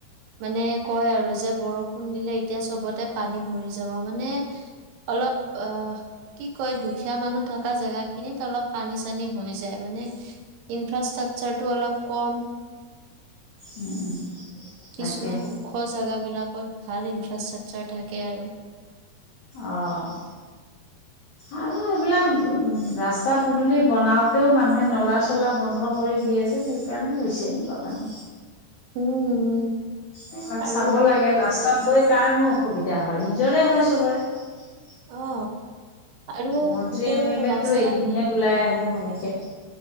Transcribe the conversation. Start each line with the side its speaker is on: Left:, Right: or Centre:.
Right: মানে কয় আৰু যে বৰষুণ দিলে এতিয়া চবতে পানী ভৰি যাব মানে অলপ আহ কি কয় দুখীয়া মানুহ থকা জেগা খিনিত অলপ পানী চানী হৈ যায় মানে ইনফ্ৰাষ্ট্ৰাকচাৰটো অলপ কম
Left: উম
Right: কিছুমান
Left: তাকে
Right: ওখ জেগাবিলাক বহুত ভাল ইনফ্ৰাষ্ট্ৰাকচাৰ থাকে আৰু
Left: অঁ আৰু এইবিলাক ৰাস্তা পদূলি বনাওঁতেও মানুহে নলা চলা বন্ধ কৰি দিয়ে যে সেইকাৰণে হৈছে এনেকুৱা পানী
Right: উম উম
Left: এইবিলাক
Right: আৰু
Left: চাব লাগে লাষ্টত গৈ‌ কাৰণো অসুবিধা হয় নিজৰে হয় চবৰে
Right: অ আৰু
Left: মন্ত্ৰী
Right: গোটেই
Left: এম এল এ
Right: ৰাস্তাত
Left: তটো এদিনহে ওলাই আহে সনেকে